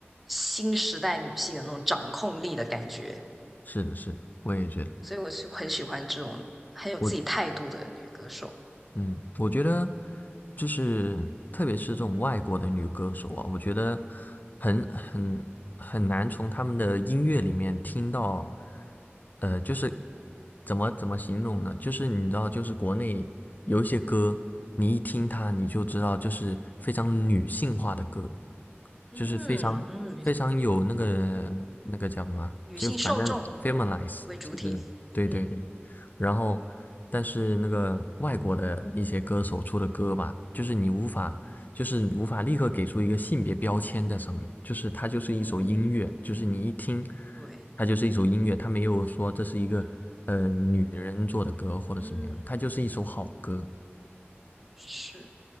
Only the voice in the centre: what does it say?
新时代女性的那种掌控力的感觉，
所以我是很喜欢这种很有自己态度的女歌手。
嗯嗯。
女性受众
为主体。
嗯
嗯，
对，
嗯嗯，
是。